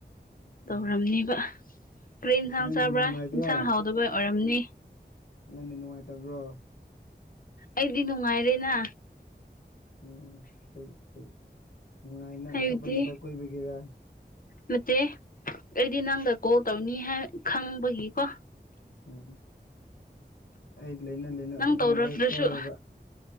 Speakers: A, on the left; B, on the left.
A: ꯎꯝ
B: ꯇꯧꯔꯝꯅꯤꯕ ꯀꯔꯔꯤ ꯏꯟꯁꯥꯡ
A: ꯏꯁ ꯅꯪꯗꯤ
B: ꯆꯥꯕ꯭ꯔꯥ
A: ꯅꯨꯡꯉꯥꯏꯇ꯭ꯔꯣ
B: ꯏꯟꯁꯥꯡ ꯍꯥꯎꯗꯕ ꯑꯣꯏꯔꯝꯅꯤ
A: ꯅꯪꯅꯦ ꯅꯨꯡꯉꯥꯏꯇꯕ꯭ꯔꯣ
B: ꯑꯩꯗꯤ ꯅꯨꯡꯉꯥꯏꯔꯦꯅ
A: ꯎꯝ ꯀꯔꯤ ꯀꯩ ꯅꯨꯡꯉꯥꯏꯅ
B: ꯍꯥꯏꯕꯗꯤ
A: ꯑꯇꯣꯞꯄ ꯅꯨꯄꯥ ꯀꯣꯏꯕꯒꯦꯔꯥ
B: ꯅꯠꯇꯦ ꯑꯩꯗꯤ ꯅꯪꯒ ꯀꯣꯜ ꯇꯧꯅꯤ ꯈꯪꯕꯒꯤꯀꯣ
A: ꯎꯝ ꯑꯩ ꯂꯩꯅ ꯂꯩꯅ
B: ꯅꯪ
A: ꯑꯇꯣꯞꯄꯅꯚꯦꯛ
B: ꯇꯧꯔꯛꯇ꯭ꯔꯁꯨ
A: ꯀꯣꯏꯔꯦꯕ